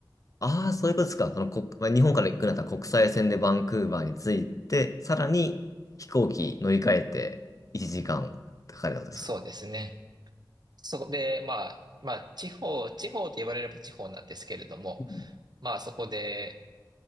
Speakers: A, on the left; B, on the right.
A: ああ、そういうことですか。その国、まあ、日本から行くなら国際線でバンクーバーに着いて、
B: うん
A: さらに飛行機乗り換えて1時間かんかかるってことですか
B: そうですね。そこで、まあ、まあ、地方、地方と言われれば地方なんですけれども、
A: うん。
B: まあ、そこで、